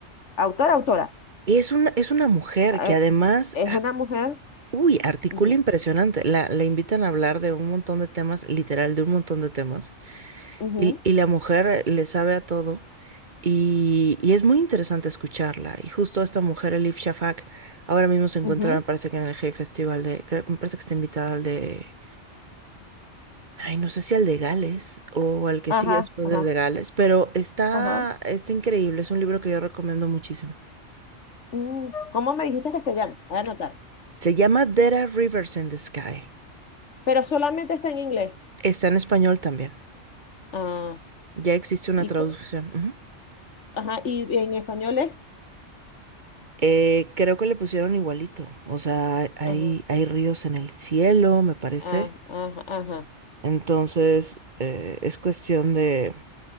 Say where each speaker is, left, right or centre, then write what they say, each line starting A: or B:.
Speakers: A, on the left; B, on the right.
A: Autor, autora.
B: Y es una, es una mujer
A: eh,
B: que además,
A: es
B: ah,
A: una mujer.
B: uy, articula
A: ujú,
B: impresionante. La, la invitan a hablar de un montón de temas, literal, de un montón de temas.
A: ujú,
B: Y, y la mujer le sabe a todo. Y, y es muy interesante escucharla. Y justo esta mujer, Elif Shafak, ahora mismo se encuentra,
A: ujú,
B: me parece que en el Hey Festival de, creo- me parece que está invitada al de Ay, no sé si al de Gales o al que
A: Ajá,
B: sigue después
A: ajá,
B: del de Gales, pero está,
A: ajá.
B: está increíble. Es un libro que yo recomiendo muchísimo.
A: Mm, ¿cómo me dijiste que se llama? Voy a anotar.
B: Se llama There Are Rivers in the Sky.
A: Pero solamente está en inglés.
B: Está en español también.
A: Ah,
B: Ya existe una
A: y,
B: traducción.
A: co-
B: Ujú.
A: ajá, y en español es.
B: Eh, creo que le pusieron igualito. O sea, hay,
A: Ajá,
B: hay ríos en el cielo, me parece.
A: ah, ajá, ajá.
B: Entonces, eh, es cuestión de...